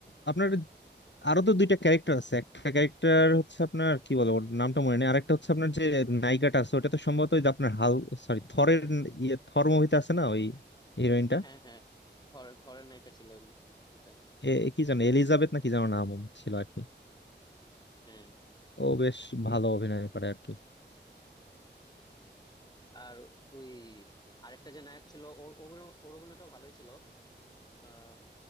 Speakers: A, on the left (about 70°); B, on the left (about 20°).
A: আপনার আরো তো দুইটা ক্যারেক্টার আছে একটা ক্যারেক্টার হচ্ছে আপনার কি বলে ওর নামটা মনে নেই আরেকটা হচ্ছে আপনার যে নায়িকাটা আছে ওটা তো সম্ভবত ওই যে আপনার হাল সরি থরের ইয়ে থর মুভিতে আছে না ওই হিরোইনটা
B: হ্যাঁ হ্যাঁ ফরেন ফরেন নায়িকা ছিল ওটা
A: এ এ কি জানো এলিজাবেথ না কি জানো নাম ছিল আর কি
B: হ্যাঁ
A: ও বেশ ভালো অভিনয় করে আর কি
B: আর ওই আরেকটা যে নায়ক ছিল ওর অভিনয় ওর অভিনয়টা ভালোই ছিল আহ